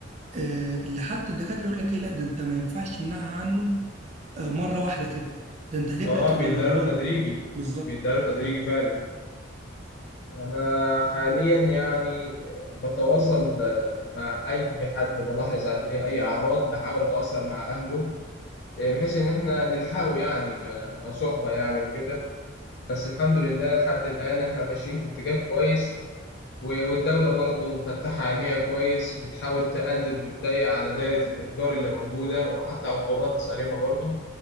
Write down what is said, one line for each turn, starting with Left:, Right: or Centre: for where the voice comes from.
Right: آه، اللي حتى الدكاترة يقول لك إيه لا ده أنت ما ينفعش تمنعها عنه آه، مرة واحدة كده ده انت هتبدأ
Left: اه
Right: تدرجها
Left: بيداله تدريجي
Right: له بالظبط
Left: بيداله تدريجي فعلا أنا حاليا يعني بتواصل مع أي حد بلاحظ عليه أي أعراض بحاول أتواصل مع أهله يعني بحيث إن إحنا نلحقه يعني ك- كصحبة يعني وكده بس الحمد لله لحد الآن إحنا ماشيين في اتجاه كويس و- والدولة برضه مفتحة عينيها كويس بتحاول تقلل وتضيق على دائرة الإتجار اللي موجودة وحتى عقوبات صارمة برضه